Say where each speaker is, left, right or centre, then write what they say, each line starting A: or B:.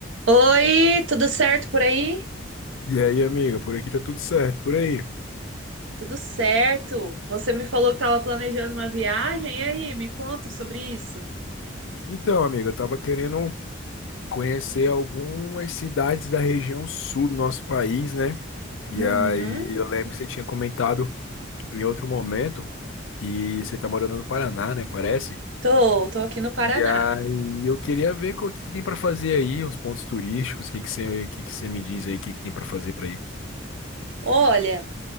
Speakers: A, on the right; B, on the left.
A: Oi, tudo certo por aí?
B: E aí, amiga, por aqui tá tudo certo, por aí.
A: Tudo certo. Você me falou que estava planejando uma viagem, e aí, me conta sobre isso.
B: Então, amiga, eu tava querendo conhecer algumas cidades da região sul do nosso país, né? E
A: Uhum.
B: aí, eu lembro que você tinha comentado em outro momento que você tá morando no Paraná, né? Parece.
A: Tô, tô aqui no Paraná.
B: E aí, eu queria ver co- o que que tem pra fazer aí, uns pontos turísticos, o que que você, o que que você me diz aí, o que que tem pra fazer pra ir?
A: Olha,